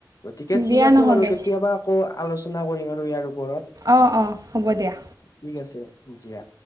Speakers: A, on the left; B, on the right.
A: গতিকে ঠিক
B: দিয়া
A: আছে
B: নহ'লে।
A: বাৰু কেতিয়াবা আকৌ আলোচনা কৰিম আৰু ইয়াৰ ওপৰত
B: অঁ অঁ হ'ব দিয়া
A: ঠিক আছে হব দিয়া